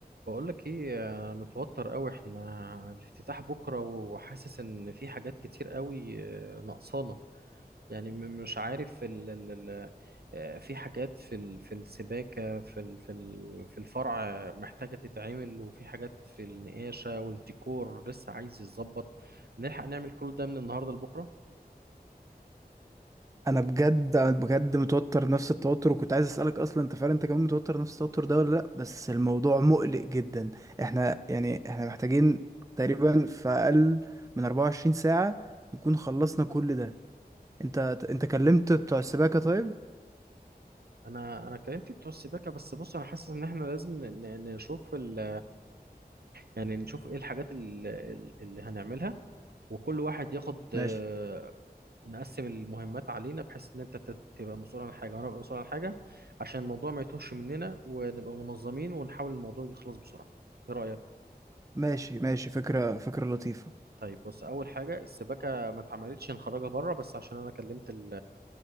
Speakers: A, on the right; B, on the right.
A: بقول لك ايه آه، متوتر قوي احنا الافتتاح بكره وحاسس ان في حاجات كتير قوي آه، ناقصانا يعني م- مش عارف ال ال ال آه، في حاجات في ال في السباكه في ال في ال في الفرع آه، محتاجه تتعمل وفي حاجات في النقاشه والديكور لسه عايز يتظبط نلحق نعمل كل ده من النهارده لبكره
B: انا بجد انا بجد متوتر نفس التوتر وكنت عايز اسالك اصلا انت فعلا انت كمان متوتر نفس التوتر ده ولا لا بس الموضوع مقلق جدا احنا يعني احنا محتاجين تقريبا في اقل من 24 ساعه نكون خلصنا كل ده انت انت كلمت بتوع السباكه طيب
A: انا انا كلمت بتوع السباكه بس بص انا حاسس ان احنا لازم ن- ن- نشوف ال يعني نشوف ايه الحاجات ال- ال- اللي هنعملها وكل واحد ياخد
B: ماشي
A: آه، نقسم المهمات علينا بحيث ان انت تت- تبقى مسؤول عن حاجه وانا ابقى مسؤول عن حاجه عشان الموضوع ما يتوهش مننا ونبقى منظمين ونحاول الموضوع يخلص بسرعه ايه رايك
B: ماشي ماشي فكره فكره لطيفه
A: طيب بص اول حاجه السباكه ما اتعملتش نخرجها بره بس عشان انا كلمت ال-